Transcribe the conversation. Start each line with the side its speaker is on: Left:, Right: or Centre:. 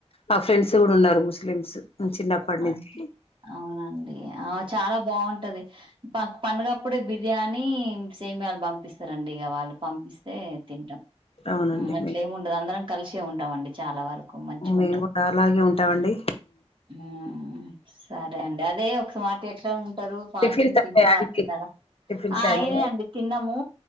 Left: మా ఫ్రెండ్స్ కూడా ఉన్నారు ముస్లిమ్స్ చిన్నప్పటి
Right: ఆ
Left: నుంచి
Right: అవునండి ఆ చాలా బాగుంటది పండుగప్పుడే బిర్యానీ అని సేమలు పంపిస్తాయి సరండి ఇక వాళ్ళు పంపిస్తే తింటాం
Left: అవునండి
Right: అట్లేం
Left: మే
Right: ఉండదు అందరం కలిసే ఉంటాం ఉంటా మండి చాలా వరకు మంచిగా
Left: మేము కూడా అలాగే ఉంటామండి
Right: ఉ సరే అండి అదే ఒకవఎట్లో ఉంటారు ఫాస్టింగ్
Left: టిఫిన్స్ అయినాయా
Right: తింటారా
Left: అండి
Right: అ తిన్నారా
Left: టిఫిన్స్
Right: ఆ
Left: అయినాయా
Right: అయినాయండి తిన్నాము